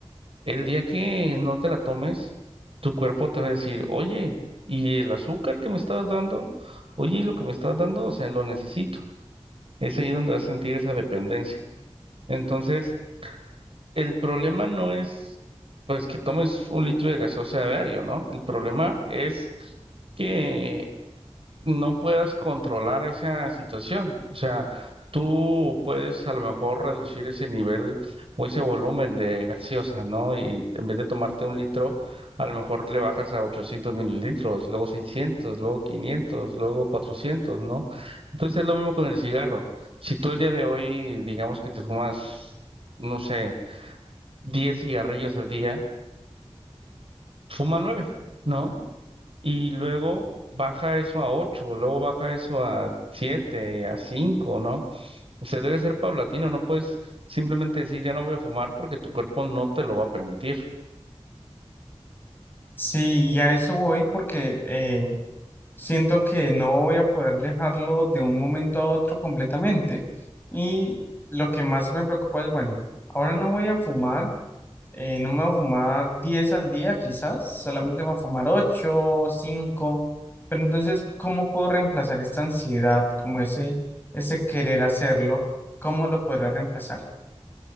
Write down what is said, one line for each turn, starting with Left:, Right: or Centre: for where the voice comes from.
Right: El día que no te la tomes, tu cuerpo te va a decir, oye, ¿y el azúcar que me estabas dando? Oye, ¿y lo que me estabas dando? O sea, lo necesito. Es ahí donde vas a sentir esa dependencia. Entonces, el problema no es, pues, que tomes un litro de gaseosa a diario, ¿no? El problema es que no puedas controlar esa situación. O sea, tú puedes a lo mejor reducir ese nivel o ese volumen de gaseosa, ¿no? Y en vez de tomarte un litro, a lo mejor le bajas a 800 mililitros, luego seiscientos luego quinientos luego cuatrocientos ¿no? Entonces es lo mismo con el cigarro. Si tú el día de hoy, digamos que te fumas, no sé 10 cigarrillos al día, fuma nueve ¿no? Y luego baja eso a ocho luego baja eso a siete a cinco ¿no? O sea, debe ser paulatino, no puedes simplemente decir ya no voy a fumar porque tu cuerpo no te lo va a permitir.
Left: Sí, y a eso voy porque eh, siento que no voy a poder dejarlo de un momento a otro completamente. Y lo que más me preocupa es, bueno, ahora no voy a fumar, eh, no me voy a fumar 10 al día quizás, solamente me voy a fumar 8 cinco pero entonces, ¿cómo puedo reemplazar esta ansiedad, como ese, ese querer hacerlo? ¿Cómo lo podría reemplazar?